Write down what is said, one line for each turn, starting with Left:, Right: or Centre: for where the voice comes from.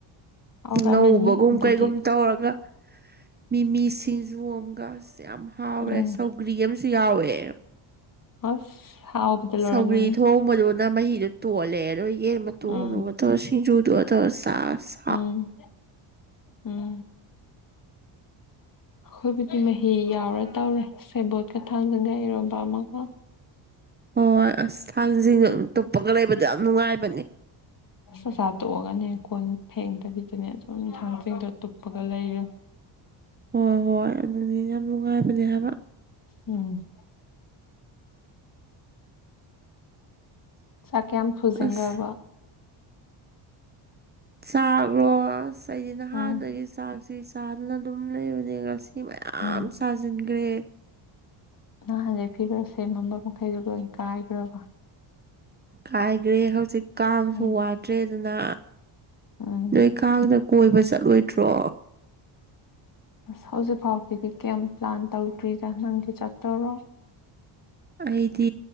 Left: ꯍꯥꯎꯔꯝꯃꯅꯤ
Right: ꯉꯧꯕꯒꯨꯝ
Left: ꯑꯗꯨꯗꯤ
Right: ꯀꯩꯒꯨꯝ ꯇꯧꯔꯒ ꯃꯤꯃꯤ ꯁꯤꯡꯖꯨ ꯑꯃꯒ ꯑꯁ ꯌꯥꯝ ꯍꯥꯎꯔꯦ
Left: ꯎꯝ
Right: ꯁꯧꯒ꯭ꯔꯤ ꯑꯃꯁꯨ ꯌꯥꯎꯋꯦ
Left: ꯑꯁ ꯍꯥꯎꯕꯗ ꯂꯣꯏꯔꯝꯃꯅꯤ
Right: ꯁꯧꯒ꯭ꯔꯤ ꯊꯣꯡ ꯊꯣꯡꯕꯗꯨꯅ ꯃꯍꯤꯗꯨ ꯇꯣꯜꯂꯦ ꯑꯗꯣ ꯌꯦꯟ ꯃꯇꯣꯡꯗꯨꯒ
Left: ꯎꯝ
Right: ꯇꯧꯔ ꯁꯤꯡꯖꯨꯗꯨꯒ ꯇꯧꯔ ꯆꯥꯁꯤ
Left: ꯎꯝ ꯎꯝ
Right: <unintelligible>
Left: ꯑꯩꯈꯣꯏꯕꯨꯗꯤ ꯃꯍꯤ ꯌꯥꯎꯔ ꯇꯧꯔꯦ ꯁꯦꯕꯣꯠꯀ ꯊꯥꯡꯖꯟꯒ ꯏꯔꯣꯕ ꯑꯃꯒ
Right: ꯍꯣꯏ ꯍꯣꯏ ꯑꯁ ꯊꯥꯡꯖꯤꯡ ꯇꯨꯞꯄꯒ ꯂꯩꯕꯗ ꯌꯥꯝ ꯅꯨꯡꯉꯥꯏꯕꯅꯦ
Left: ꯑ ꯆꯥꯛꯆꯥ ꯇꯣꯛꯑꯒꯅꯦ ꯈꯣꯟ ꯐꯦꯡꯗꯕꯤꯗꯨꯅꯦ ꯁꯝ ꯊꯥꯡꯖꯤꯡꯗꯣ ꯇꯨꯞꯄꯒ ꯂꯩꯔꯕ
Right: ꯍꯣꯏ ꯍꯣꯏ ꯑꯗꯨꯅꯦ ꯌꯥꯝ ꯅꯨꯡꯉꯥꯏꯕꯅꯦ ꯍꯥꯏꯕ
Left: ꯑꯝ ꯆꯥꯛ ꯀꯌꯥꯝ ꯐꯨꯖꯤꯟꯈ꯭ꯔꯕ
Right: ꯑꯁ ꯆꯥꯛꯔꯣ ꯑꯁ ꯑꯩꯗꯤ ꯅ ꯍꯥꯟꯅꯒꯤ
Left: ꯎꯝ
Right: ꯆꯥꯛꯁꯤ ꯆꯥꯗꯅ ꯑꯗꯨꯝ ꯂꯩꯕꯅꯦ ꯉꯁꯤ ꯃꯌꯥꯝ
Left: ꯎꯝ
Right: ꯁꯥꯁꯤꯟꯈ꯭ꯔꯦ
Left: ꯅꯍꯥꯟꯒꯩ ꯐꯤꯔ ꯁꯦꯃꯝꯕ ꯃꯈꯩꯗꯣ ꯂꯣꯏ ꯀꯥꯏꯈ꯭ꯔꯕ
Right: ꯀꯥꯏꯈ꯭ꯔꯦ ꯍꯧꯖꯤꯛ ꯀꯥꯡꯁꯨ
Left: ꯎꯝ
Right: ꯋꯥꯗ꯭ꯔꯦ ꯑꯗꯨꯅ
Left: ꯎꯝ
Right: ꯅꯣꯏ ꯀꯥꯡꯗ ꯀꯣꯏꯕ ꯆꯠꯂꯣꯏꯗ꯭ꯔꯣ
Left: ꯍꯧꯖꯤꯛ ꯐꯥꯎꯒꯤꯗꯤ ꯀꯦꯝ ꯄ꯭ꯂꯥꯟ ꯇꯧꯗ꯭ꯔꯤꯗ ꯅꯪꯗꯤ ꯆꯠꯇꯣꯔꯣ
Right: ꯑꯩꯗꯤ